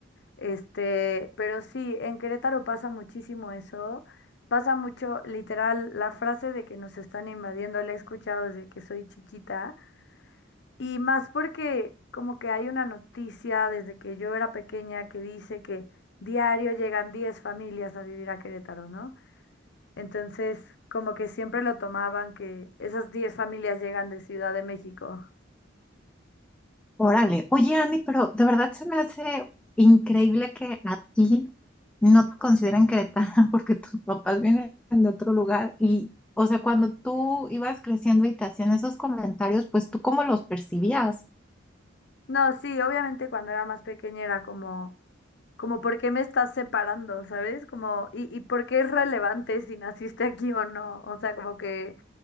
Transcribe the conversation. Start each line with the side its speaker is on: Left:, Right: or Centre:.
Left: Este, pero sí, en Querétaro pasa muchísimo eso. Pasa mucho, literal, la frase de que nos están invadiendo, la he escuchado desde que soy chiquita. Y más porque como que hay una noticia desde que yo era pequeña que dice que diario llegan 10 familias a vivir a Querétaro, ¿no? Entonces, como que siempre lo tomaban que esas 10 familias llegan de Ciudad de México.
Centre: Órale, oye Andy, pero de verdad se me hace increíble que a ti no te consideren queretana <laughs> porque tus papás vienen de otro lugar y, o sea, cuando tú ibas creciendo y te hacían esos comentarios, pues tú cómo los percibías.
Left: No, sí, obviamente cuando era más pequeña era como... Como por qué me estás separando, ¿sabes? Como, y, y por qué es relevante si naciste aquí o no. O sea, como que